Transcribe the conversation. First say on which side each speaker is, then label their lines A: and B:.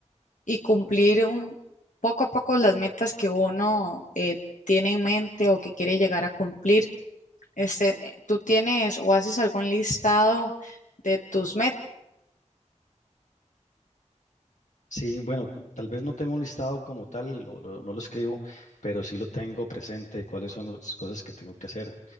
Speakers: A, on the left; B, on the left.
A: y cumplir un, poco a poco las metas que uno eh, tiene en mente o que quiere llegar a cumplir. Este, eh, ¿tú tienes o haces algún listado de tus metas?
B: Sí, bueno, tal vez no tengo un listado como tal, o lo- no lo escribo, pero sí lo tengo presente, cuáles son las cosas que tengo que hacer.